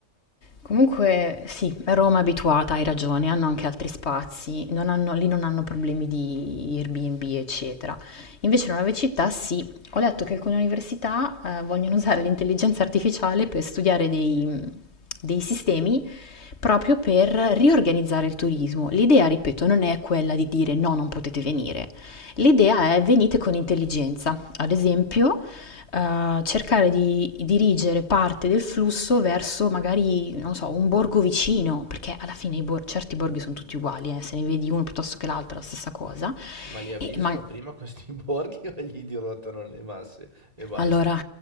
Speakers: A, on the left (about 60°); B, on the right (about 30°).
A: Comunque sì, Roma è abituata, hai ragione, hanno anche altri spazi, non hanno- lì non hanno problemi di Airbnb, eccetera. Invece in nuove città sì, ho letto che alcune università eh, vogliono usare l'intelligenza artificiale per studiare dei, dei sistemi proprio per riorganizzare il turismo. L'idea, ripeto, non è quella di dire no, non potete venire. L'idea è venite con intelligenza. Ad esempio, eh, cercare di dirigere parte del flusso verso magari, non so, un borgo vicino, perché alla fine i bor- certi borghi sono tutti uguali, eh, se ne vedi uno piuttosto che l'altro è la stessa cosa.
B: Ma li avvisano
A: E ma-
B: prima questi <laughs> borghi o gli dirottano le masse e basta?
A: Allora,